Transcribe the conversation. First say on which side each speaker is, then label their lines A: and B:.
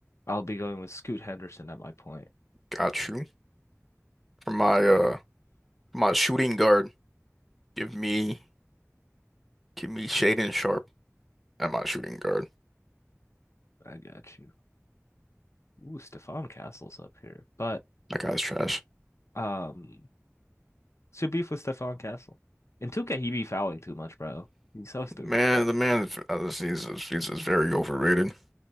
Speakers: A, on the left; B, in the centre.
A: I'll be going with Scoot Henderson at my point.
B: Got you. For my uh my shooting guard, give me give me Shaden Sharp at my shooting guard.
A: I got you. Ooh, Stefan Castle's up here. But
B: That guy's trash.
A: um what's your beef with Stefan Castle? In 2K, he be fouling too much, bro. He's so stupid,
B: Man,
A: bro.
B: the man, uh, he's, he's, he's very overrated,